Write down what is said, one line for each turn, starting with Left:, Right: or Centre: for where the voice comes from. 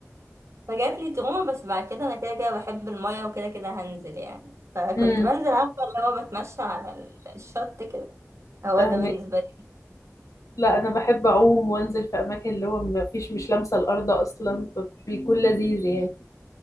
Right: فجات لي تروما بس بعد كده انا كده كده بحب المية وكده كده هنزل يعني فكنت
Left: امم
Right: بنزل عارفة اللي هو بتمشى على ال- الشط كده هو
Left: فاهمك
Right: ده بالنسبة لي
Left: لا انا بحب اعوم وانزل في اماكن اللي هو ما فيش مش لامسه الارض اصلا فبيكون لذيذ يعني